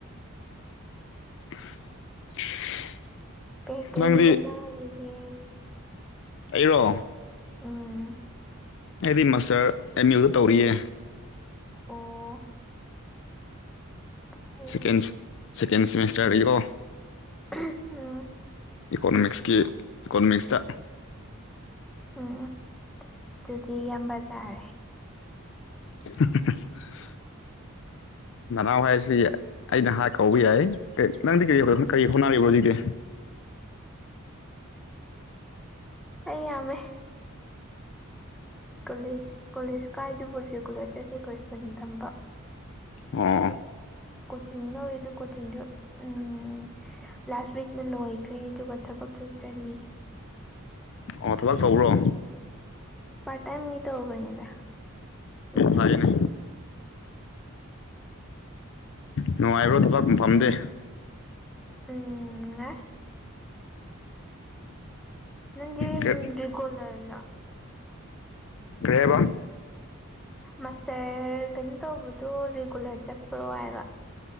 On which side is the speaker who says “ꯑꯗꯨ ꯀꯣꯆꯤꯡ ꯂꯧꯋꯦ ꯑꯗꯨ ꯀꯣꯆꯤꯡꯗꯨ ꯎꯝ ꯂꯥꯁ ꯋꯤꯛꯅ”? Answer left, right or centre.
Centre